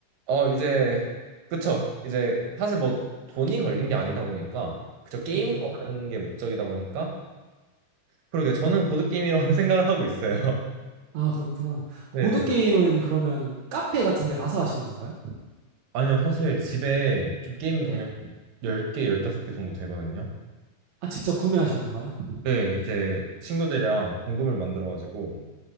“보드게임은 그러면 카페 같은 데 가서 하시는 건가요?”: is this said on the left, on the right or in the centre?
Right